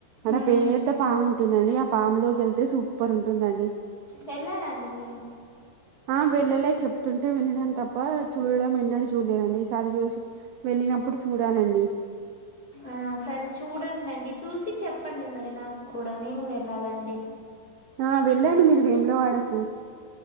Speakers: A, on the right; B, on the left.
A: అక్కడ
B: ఉమ్,
A: పేద్ద పాము ఉంటుందండి ఆ పాము లోకి వెళ్తే సూపర్ ఉంటు ఉంటుందండి
B: వెళ్ళారా అండి మీరు
A: ఆ వెళ్ళలే చెప్తుంటే వినడం తప్ప చూడడం ఎన్నడు చూడలేదండి ఈసారి చూసి వెళ్ళినప్పుడు చూడాలండి
B: ఆ సరే చూడండి అండి చూసి చెప్పండి మరి నాకు కూడా నేను వెళ్ళాలండి
A: ఆ వెళ్ళండి మీరు వేముల వాడకు